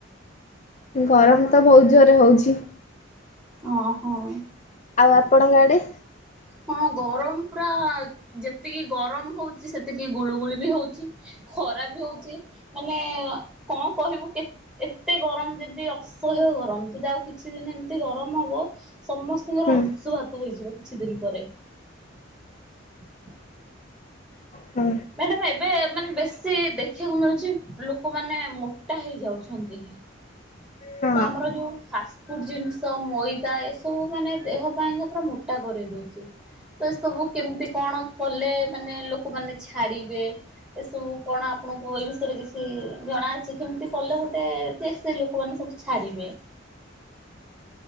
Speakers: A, on the left; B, in the centre.
A: ଗରମ ତ ବହୁତ ଜୋରରେ ହଉଛି।
B: ଓ ହଉ।
A: ଆଉ ଆପଣଙ୍କ ଆଡେ?
B: ହଁ ଗରମ ପୁରା ଯେତିକି ଗରମ ହଉଛି ସେତିକି ଗୁଳୁ ଗୁଳି ବି ହଉଛି ଖରା ବି ହଉଛି ମାନେ କ କହିବୁ କେ ଏତେ ଗରମ ଯଦି ଅସହ୍ୟ ଗରମ ଯଦି ଆଉ କିଛି ଦିନ ଏମିତି ଗର ଗରମ ହବ ସମସ୍ତଙ୍କର
A: ହୁଁ
B: ଅସୁଘାତ ଘାତ୍ ହେଇଯିବ କିଛି ଦିନ ପରେ। <unintelligible>
A: ହଁ
B: ମ୍ୟାଡ଼ାାମ ଏବେ ମାନେ ବେଶୀ ଦେଖିବାକୁ ମିଳୁଛି ଲୋକମାନେ ମୋଟା ହେଇଯାଉଛନ୍ତି।
A: ହଁ।
B: ତ ଆମର ଯୋଉ ଫାଷ୍ଟଫୁଡ ଜିନିଷ ମଇଦା ଏସ ସବୁ ମାନେ ଦେହପାଇଁ କା ପୁରା ମୋଟା କରେଇ ଦେଉଛି। ତ ଏ ସବୁ କେମିତି କଣ କଲେ ମାନେ ଲୋକମାନେ ଛାଡିବେ? ଏସବୁ କଣ ଆପଣଙ୍କୁ ଏଇ ବିଷୟରେ କିଛି ଜଣା ଅଛି କେମିତି କଲେ ଗୋଟେ ଯେ ସ୍ ସେ ଲୋକମାନେ ସବୁ ଛାଡ଼ିବେ।